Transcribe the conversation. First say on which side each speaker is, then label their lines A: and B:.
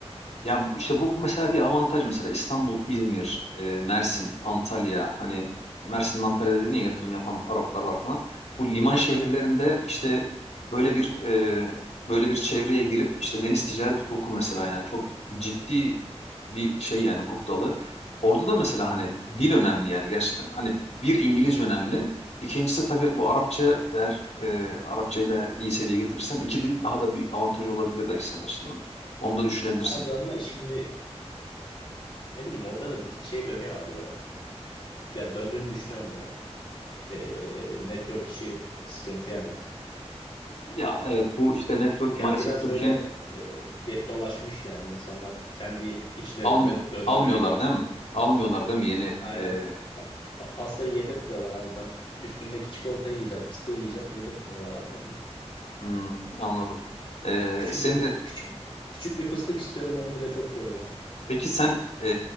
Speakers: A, on the left (about 75°); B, on the left (about 45°).
A: Ya bu- işte bu mesela bir avantaj mesela İstanbul, İzmir, e, Mersin, Antalya hani Mersin'den Antalya'da dedin ya yatırım yapan Araplar var falan. Bu liman
B: Ha
A: şehirlerinde
B: ha.
A: işte böyle bir e, böyle bir çevreye girip işte deniz ticaret hukuku mesela yani çok ciddi bir şey yani hukuk dalı. Orada da mesela hani dil önemli yani gerçekten. Hani bir İngilizce önemli. İkincisi tabii bu Arapça eğer e, Arapçayı da eğer iyi seviyeye getirirsen iki dil daha da büyük avantaj olabilir belki senin açısından. Onu da düşünebilirsin.
B: Abi ama şimdi Ne bileyim orada da bir tık şey dönüyor abi ya. Ya döndüğünü düşünüyorum yani. Ee, network işi sıkıntı yani bir tık.
A: Ya evet bu işte network maalesef
B: Ya biraz
A: Türkiye'nin
B: böyle e, get dolaşmış yani insanlar kendi içlerinde
A: almıyor
B: döndürüyor
A: almıyorlar
B: gibi.
A: değil mi? Almıyorlar değil mi? Yeni
B: Aynen
A: e,
B: pa- pa- pa- pastayı yedirtmiyorlar abi. Ben üstündeki çikolatayı yiyeceğim, fıstığı yiyeceğim, yedirtmiyorlar anladım.
A: hmm, anladım. E,
B: Küçük
A: senin
B: bir fıstık, küçük küçük bir fıstık istiyorum onu bile çok görüyorlar.
A: peki sen e,